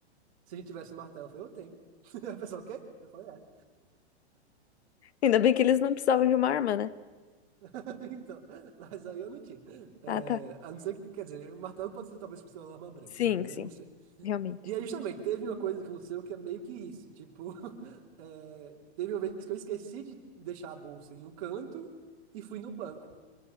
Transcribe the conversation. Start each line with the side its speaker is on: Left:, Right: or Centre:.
Right: se a gente tivesse martelo, eu falei: Eu tenho. <laughs> Aí O pessoal, o quê? Eu falei: "É."
Left: Ainda bem que eles não precisavam de uma arma, né?
Right: <laughs> Então, mas aí eu não tinha. É,
Left: Ah, tá.
Right: a não ser que, quer dizer, o martelo pode ser talvez considerado uma arma branca,
Left: Sim,
Right: né? Mas
Left: sim.
Right: aí eu não sei.
Left: Realmente.
Right: E aí justamente teve uma coisa que aconteceu que é meio que isso. Tipo, <laughs> é, teve uma vez que eu esqueci de deixar a bolsa em um canto e fui no banco,